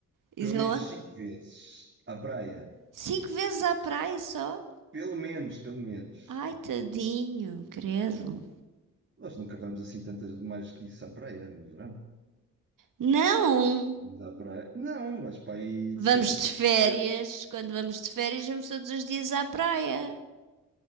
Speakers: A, on the right (about 75°); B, on the right (about 40°).
A: isso
B: pelo menos
A: aonde?
B: cinco vezes à praia.
A: Cinco vezes à praia só?
B: Pelo menos, pelo menos.
A: Ai, tadinho, credo.
B: Nós nunca vamos assim tantas mais que isso à praia no verão.
A: Não!
B: Vamos à praia. Não, vais para aí
A: Vamos
B: sete,
A: de
B: oito
A: férias,
B: vezes.
A: quando vamos de férias, vamos todos os dias à praia.